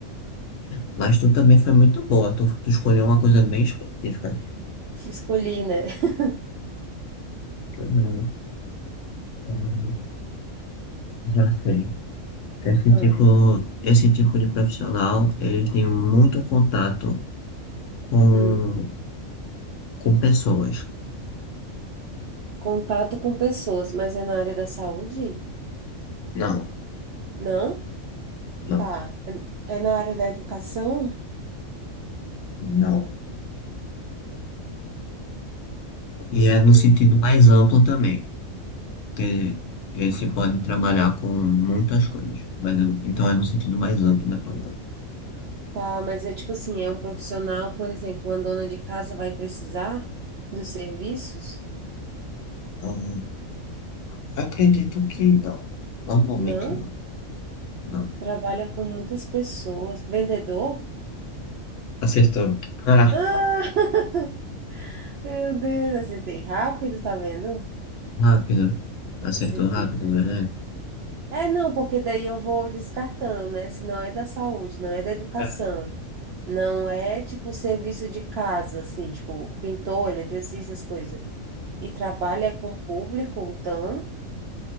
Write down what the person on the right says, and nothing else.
Escolhi, né? <laughs>
Ah,
hum.
Contato com pessoas, mas é na área da saúde?
Não?
Tá. É é na área da educação?
Hum,
tá, mas é tipo assim, é um profissional, por exemplo, uma dona de casa vai precisar dos serviços?
Não?
Trabalha com muitas pessoas. Vendedor?
Ah! <laughs> Meu Deus, acertei rápido, tá vendo?
Acertei.
É, não, porque daí eu vou descartando, né? Se não é da saúde, não é da educação.
Não é tipo serviço de casa, assim, tipo pintor, eletricista, essas coisas. E trabalha com público, então